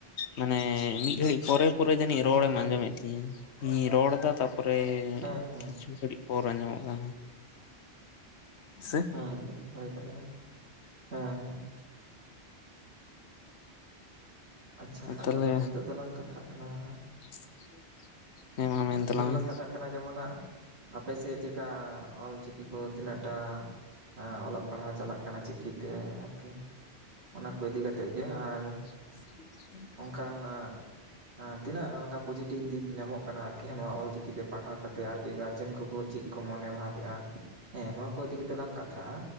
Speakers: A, on the left (about 75°); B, on the right (about 75°).
A: ᱢᱟᱱᱮ ᱢᱤᱫ ᱜᱷᱟᱹᱲᱤᱡ ᱯᱚᱨᱮ ᱯᱚᱨᱮ ᱡᱟᱹᱱᱤᱡ
B: ᱟᱪᱪᱷᱟ
A: ᱨᱚᱲᱮᱢ ᱟᱸᱡᱚᱢᱮᱫ ᱛᱤᱧᱟ ᱤᱧ ᱨᱚᱲ ᱫᱟ ᱛᱟ ᱯᱚᱨᱮ
B: ᱦᱮᱸ ᱦᱮᱸ
A: ᱠᱤᱪᱷᱩ ᱜᱷᱟᱹᱲᱤᱡ ᱯᱚᱨ ᱟᱸᱡᱚᱢᱚᱜ ᱠᱟᱱᱟ᱾ ᱥᱮ
B: ᱦᱮᱸ ᱦᱮᱸ ᱦᱩᱭ ᱫᱟᱲᱮᱭᱟᱜᱼᱟ ᱦᱮᱸ ᱦᱮᱸ ᱟᱪᱪᱷᱟ ᱦᱟᱸᱜ
A: ᱛᱟᱦᱚᱞᱮ
B: ᱟᱫᱚ ᱱᱤᱛᱳᱜ ᱫᱚᱞᱟᱝ ᱠᱟᱛᱷᱟᱜ ᱠᱟᱱᱟ ᱦᱟᱸᱜ
A: <inaudible> ᱢᱮᱱ
B: ᱱᱤᱛᱚᱜ
A: ᱛᱟᱞᱟᱝ
B: ᱫᱚᱞᱟᱝ
A: ᱢᱮ
B: ᱠᱟᱛᱷᱟᱜ ᱠᱟᱱᱟ ᱡᱮᱢᱚᱱ ᱦᱟᱸᱜ ᱟᱯᱮ ᱥᱮᱫ ᱪᱮᱠᱟ ᱚᱞ ᱪᱤᱠᱤ ᱠᱚ ᱛᱤᱱᱟᱹᱜᱴᱟᱜ ᱚᱞᱚᱜ ᱯᱟᱲᱦᱟᱣ ᱪᱟᱞᱟᱜ ᱠᱟᱱᱟ ᱪᱤᱠᱤᱛᱮ ᱟᱨᱠᱤ ᱚᱱᱟ ᱠᱚ ᱤᱫᱤ ᱠᱟᱛᱮ ᱜᱮ, ᱟᱨ
A: <unintelligible>
B: ᱠᱟᱱᱟ ᱛᱤᱱᱟᱹᱜ ᱱᱚᱝᱠᱟ ᱯᱚᱡᱮᱴᱤᱵᱷ ᱫᱤᱯ ᱧᱟᱢᱚᱜ ᱠᱟᱱᱟ ᱟᱨᱠᱤ ᱦᱮᱸ ᱱᱚᱜ ᱚᱞᱪᱤᱠᱤᱛᱮ ᱯᱟᱲᱦᱟᱣ ᱠᱟᱛᱮᱫ ᱟᱨᱠᱤ ᱜᱟᱨᱡᱮᱱ ᱠᱚᱠᱚ ᱪᱮᱫ ᱠᱚ ᱢᱚᱱᱮ ᱵᱷᱟᱵ ᱮᱼᱟ ᱦᱮᱸ ᱱᱚᱣᱟ ᱠᱚ ᱠᱚ ᱤᱫᱤ ᱠᱟᱛᱮ ᱞᱟᱝ ᱠᱟᱛᱷᱟᱜᱼᱟ